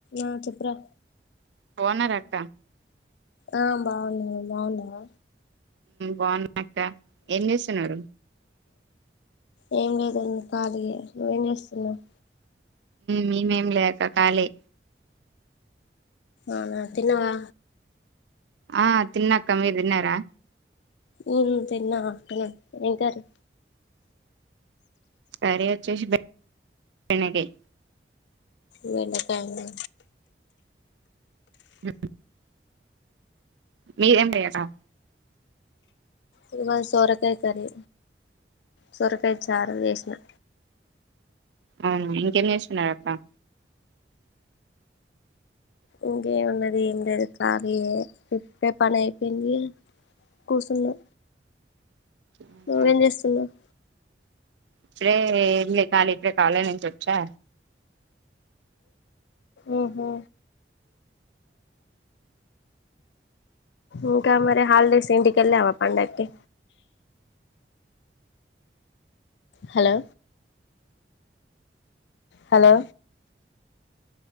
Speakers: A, on the left; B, on the right.
A: ఆ చెప్పరా
B: బావున్నారా అక్క
A: ఆ బావున్న బావున్నవ
B: బాగున్నాక్క ఏం చేస్తున్నారు
A: ఏం లేదండి ఖాలీ యే నువ్వేం చేస్తున్నావు
B: మమేం లేక కాళీ
A: అవునా తిన్నవా
B: ఆ తిన్నా అక్కమీరు తిన్నారా
A: హ్మ్ తిన్నా అక్కా ఏం కర్రీ
B: కర్రీ వచ్చేసి బెండకాయ్
A: బెండకాయ నా
B: హ్మ్ మీరేం చెయ్యరా
A: ఇదిగో సొరకాయ కర్రీ సోరకాయ చారు చేసినా
B: అవును ఇంకేం చేస్తున్నారు అక్క
A: ఇంకేం ఉన్నది ఏం లేదు ఖాళే యే ఇప్పుడే పండగ ఐపోయింది కూసున్నా
B: అవునా
A: నువ్వేం చేస్తున్నావ్
B: ఇప్పుడే ఏం లే ఖాళీ ఇప్పుడే కాలేజ్ నుంచి వచ్చా
A: ఊహూ ఇంకా మరి హాలిడేస్ ఇంటికెళ్ళావా పండగకి hello hello